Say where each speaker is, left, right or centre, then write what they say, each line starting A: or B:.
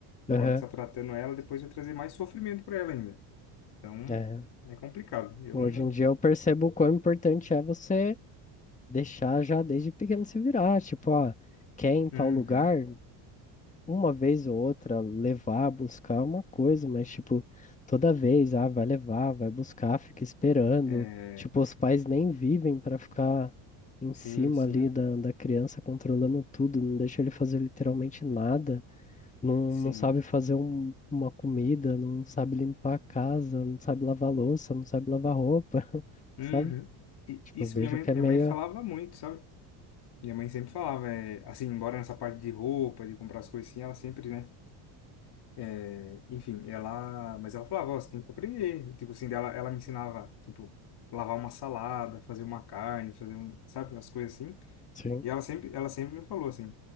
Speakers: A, on the left; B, on the left.
A: Aham.
B: forma que você tá tratando ela, depois vai trazer mais sofrimento pra ela ainda. Então,
A: É.
B: é complicado. Eu
A: Hoje
B: não.
A: em dia eu percebo o quão importante é você deixar já desde pequeno se virar. Tipo, ah, quer ir em tal
B: Uhum.
A: lugar? uma vez ou outra levar, buscar uma coisa, mas tipo, toda vez, ah, vai levar, vai buscar, fica esperando.
B: É,
A: Tipo, os pais nem vivem pra ficar em
B: sim,
A: cima
B: sim,
A: ali da, da criança controlando tudo, não deixa ele fazer literalmente nada, não,
B: sim.
A: não sabe fazer um- uma comida, não sabe limpar a casa, não sabe lavar louça, não sabe lavar roupa, <laughs>
B: Uhum.
A: sabe?
B: E
A: Tipo,
B: isso
A: eu vejo
B: minha mãe,
A: que
B: minha
A: é meio.
B: mãe falava muito, sabe? Minha mãe sempre falava, é, assim, embora nessa parte de roupa, de comprar as coisas assim, ela sempre, né? é, enfim, ela. Mas ela falava, ó, você tem que aprender. Tipo assim, dela, ela me ensinava, tipo, lavar uma salada, fazer uma carne, fazer um, sabe, umas coisas assim.
A: Sim,
B: E ela sempre, ela sempre me falou assim,